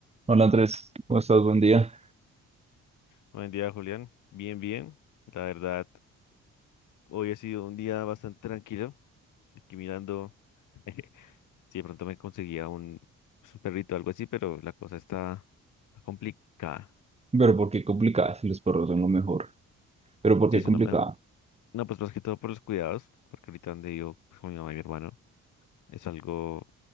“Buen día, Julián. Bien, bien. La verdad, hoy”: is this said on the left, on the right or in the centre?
Left